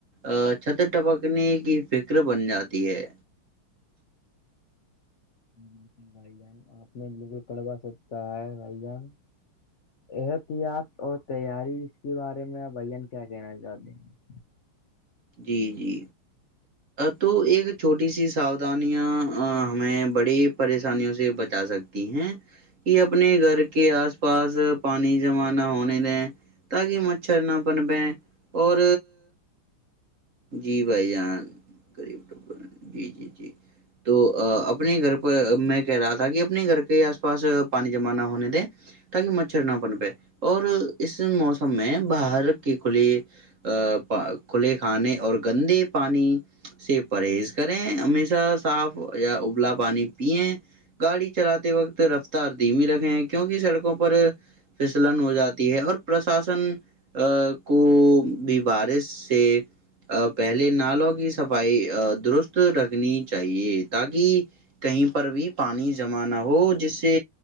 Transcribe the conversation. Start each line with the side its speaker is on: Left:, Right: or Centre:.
Right: ا چھتر ٹپکنے کی فکر بن جاتی ہے
Left: بالکل بھائی جان آپ نے بالکل کڑبا سوچ کہا ہے بھائی جان احتیاط اور تیاری اس کے بارے میں آ بھین کیا کہنا چاہتے ہیں
Right: جی جی تو ایک چھوٹی سی ساؤودھانیاں ہمیں بڑی پریشانیوں سے بچا سکتی ہیں یہ اپنے گھر کے آس پاس پانی جمع نہ ہونے دیں تاکہ مچھر نہ بن پئے اور جی بھائی جان ریب جی جی جی تو اپنے گھر پرہ میں کہہ رہا تھا کہ اپنے گھر کے آس پاس پانی جمع نہ ہونے دیں تاکہ مچھر نہ پن پائے اور اس موسم میں باہر کی کھلی ا کھلے کھانے اور گندے پانی سے پرہیز کریں ہمیشہ صاف یا ابلا پانی پییں گاڑی چلاتے وقت رفتار دھیمی رکھے ہیں کیوںکہ سڑکوں پر فسلن ہو جاتی ہے اور پرشاسن ا کو بھی بارش سے پہلے نالوں کی صفائی درست رکھنی چاہیے تاکہ کہیں پر بھی پانی جمع نہ ہو جس سے